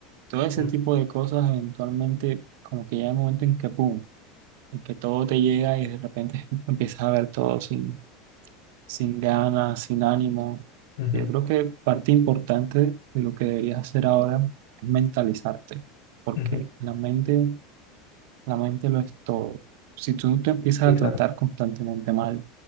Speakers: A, on the right; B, on the left.
A: todo ese
B: Mm,
A: tipo de cosas eventualmente como que llega el momento en que, ¡pum! en que todo te llega y de repente <laughs> empiezas a ver todo sin, sin ganas, sin ánimo.
B: ujú,
A: Yo creo que parte importante de lo que deberías hacer ahora es mentalizarte, porque
B: ujú.
A: la mente, la mente lo es todo. Si tú te empiezas
B: Sí, claro.
A: a tratar constantemente mal,